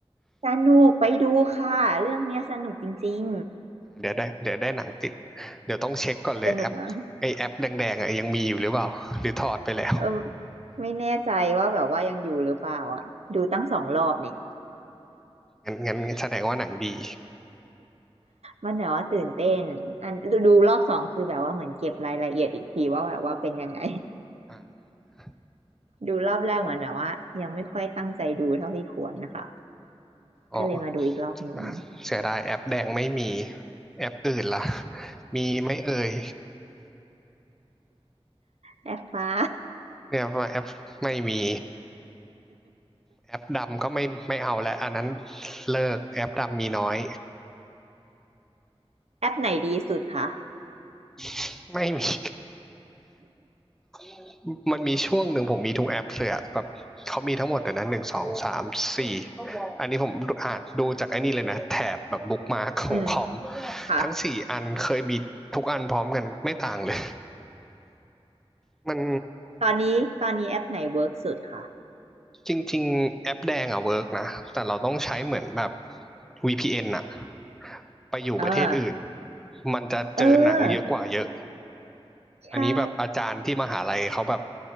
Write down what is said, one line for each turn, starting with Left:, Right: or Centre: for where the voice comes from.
Right: สนุกไปดูค่ะเรื่องเนี้ยสนุกจริง
Centre: เดี๋ยวได้เดี๋ยวได้หนังติดเดี๋ยวต้องเช็คก่อนเลยแอปไอแอปแดงๆอ่ะยังมีอยู่หรือเปล่าหรือถอดไปแล้ว
Right: ๆสนุกมากเออไม่แน่ใจว่าแบบว่ายังอยู่หรือเปล่าอ่ะดูตั้งสองรอบเนี่ย
Centre: งั้นงั้นแสดงว่าหนังดี
Right: มันแบบว่าตื่นเต้นอันดูรอบสองคือแบบว่าเหมือนเก็บรายละเอียดอีกทีว่าแบบว่าเป็นยังไง
Centre: อ่ะ
Right: ดูรอบแรกเหมือนแบบว่ายังไม่ค่อยตั้งใจดูเท่าที่ควรนะคะ
Centre: อ๋อ
Right: ก็เลยมาดูอีกรอบหนึ่ง
Centre: อ่ะเสียดายแอปแดงไม่มี แอปอื่นล่ะมีไหม่เอ่ย
Right: แอปฟ้า
Centre: เนี่ยว่าแอปไม่มี แอปดำก็ไม่ไม่เอาแล้วอันนั้นเลิกแอปดำมีน้อย
Right: <laughs> แอปไหนดีสุดคะ
Centre: <laughs> ไม่มี <laughs> มันมีช่วงหนึ่งผมมีทุกแอปเลยอแบบเขามีทั้งหมดเตีนั้นหนึ่งสองสามสี่อันนี้ผมอ่านดูจากไอ้นี่เลยนะแถบแบบบุ๊กมาร์คของคอม
Right: อืมค่ะ
Centre: ทั้งสี่อันเคยมีทุกอันพร้อมกันไม่ต่างเลย <laughs> มัน
Right: ตอนนี้ตอนนี้แอปไหนเวิร์กสุดคะ
Centre: จริงๆแอปแดงอะเวิร์กนะแต่เราต้องใช้เหมือนแบบ VPN อนอะไปอยู่ประเทศอื่น
Right: เออ
Centre: มันจะเจอหนังเยอะกว่าเยอะ
Right: เออใช่
Centre: อันนี้แบบอาจารย์ที่มหาลัยเขาแบบ